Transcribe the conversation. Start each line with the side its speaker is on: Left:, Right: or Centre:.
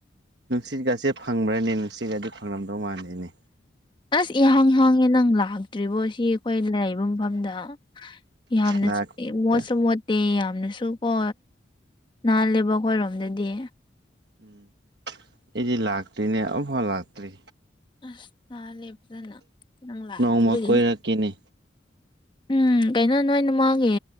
Right: ꯅꯨꯡꯁꯤꯠꯒꯁꯦ ꯐꯪꯕ꯭ꯔꯅꯦ ꯅꯨꯡꯁꯤꯠꯒꯗꯤ ꯐꯪꯂꯝꯗꯧ ꯃꯥꯟꯗꯦꯅꯦ
Left: ꯑꯁ ꯏꯍꯥꯡ ꯏꯍꯥꯡꯉꯦ ꯅꯪ ꯂꯥꯛꯇ꯭ꯔꯤꯕꯣ ꯁꯤ ꯑꯩꯈꯣꯏ ꯂꯩꯕ ꯃꯐꯝꯗ ꯌꯥꯝꯅꯁꯨ
Right: ꯂꯥꯛꯇ꯭ꯔꯤꯗ
Left: ꯏ ꯃꯣꯠꯁꯨ ꯃꯣꯠ ꯑꯤ ꯌꯥꯝꯅꯁꯨ ꯀꯣ ꯅꯥꯂꯦꯕ ꯑꯩꯈꯣꯏꯔꯣꯝꯗꯗꯤ
Right: ꯎꯝ ꯑꯩꯗꯤ ꯂꯥꯛꯇ꯭ꯔꯤꯅꯦ ꯑꯃꯨꯐꯥꯎ ꯂꯥꯛꯇ꯭ꯔꯤ
Left: ꯑꯁ ꯅꯥꯜꯂꯦ ꯐꯖꯅ ꯅꯪ ꯂꯥꯛꯇꯕꯒꯤꯅꯤ
Right: ꯅꯣꯡꯃ ꯀꯣꯏꯔꯛꯒꯦꯅꯦ
Left: ꯎꯝ ꯀꯩꯅꯣ ꯅꯣꯏꯅ ꯃꯥꯒꯤ